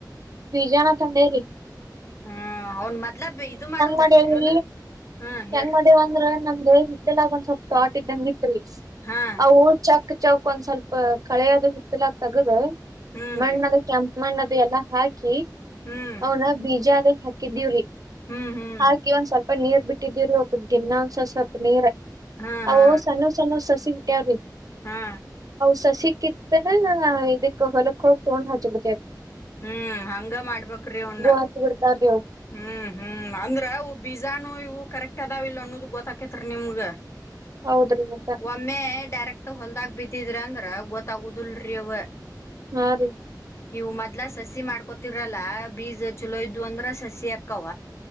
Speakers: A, on the right; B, on the left.
A: ಬಿಜಾನ ತಂದೇವ್ರಿ.
B: ಹ್ಮ ಅವ್ನ್ ಮೊದ್ಲ ಇದು ಮಾಡುದನ್ರಿ
A: ಮಾಡೇವಿ
B: ಇವ್ನ ಹ್ಮ ಹೇಳ್ರಿ.
A: ಹೆಂಗ್ ಮಾಡೇವ ಅಂದ್ರ ನಮ್ದು ಹಿತ್ತಲಗ ಒಂದ ಸ್ವಲ್ಪ್ ತಾಟ್ ಇದ್ದಂಗ ಇ ತ್ರಿ
B: ಹಾ
A: ಅವು ಚ ಕ್ಕ ಚೌಕ್ ಒಂದ್ ಸ್ವಲ್ಪ ಕಳೆಯದು ಹಿತ್ತಲಕ್ ತಗದು.
B: ಹ್ಮ್
A: ಮಣ್ಣ
B: ರೀ
A: ಅದು ಕಂಪ್. ಮಣ್ಣದು ಎಲ್ಲಾ ಹಾಕಿ.
B: ಹ್ಮ್
A: ಅವನ ಬೀಜಾ ರಿ. ಹಾಕಿದ್ದೀವ್ರೀ <inaudible>
B: ಹ್ಮ್ ಹ್ಮ್
A: ಹಾಕ ಒಂದ್ಸಲ್ ಪ ನೀರ್ ಬಿಟ್ಟಿದಿರಿ ದಿನಾಂದ್ಸಸಲ್ಪ ನೀರ್
B: ಹಾ ಹಾ
A: ಓ ಸಣ್ಣ ಸಣ್ಣ ಸಸಿ <unintelligible>
B: ಹಾ
A: ಸಸಿಕಿತ್ತನ್ ಇದಕ್ ಹೊಲಕ್ಕ್ ಫೋನ್ ಹಚ್ಬಿಡ್ತ್
B: ಹ್ಮ್ ಹಂಗ ಮಾಡ್ಬೇಕ್ರಿ ಅವ್ನ.
A: ಆತ್ ಬಿಡ್ತಾರ್ರಿ ಅವ್.
B: ಹ್ಮ್ ಹ್ಮ್ ಅಂದ್ರವು ಬೀಜಾನೋ ಇವು ಕರೆಕ್ಟ್ದಾವಿಲ್ಲ ಅನ್ನೋದ ಗೊತ್ತಕತ್ರಿ ನಿಮ್ಗ.
A: ಹೌದ್ರಿ ಮತ್ತ
B: ಒಮ್ಮೆ ಡೈರೆಕ್ಟ್ ಹೊಲ್ದಾಗ ಬಿತ್ತಿದ್ರ ಅಂದ್ರ್. ಗೊತ್ತಾಗುದಿಲ್ರಿ ಅವ.
A: ಹಾ ರೀ
B: ವ್ ಮತ್. ಲ್ಲ ಸಸಿ ಮಾಡ್ಕೋತಿರಲ್ಲ ಬೀಜ ಚಲೋದ್ದು ಅಂದ್ರ ಸಸಿ ಅಕ್ಕವ.